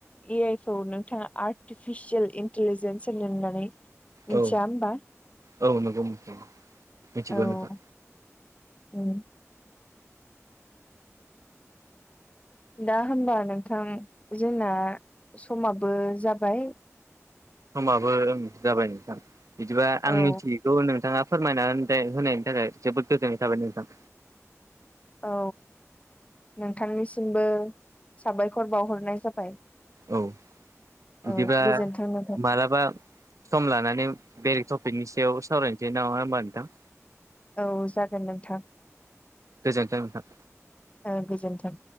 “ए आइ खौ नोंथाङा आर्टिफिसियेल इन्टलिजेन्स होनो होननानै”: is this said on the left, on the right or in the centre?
Left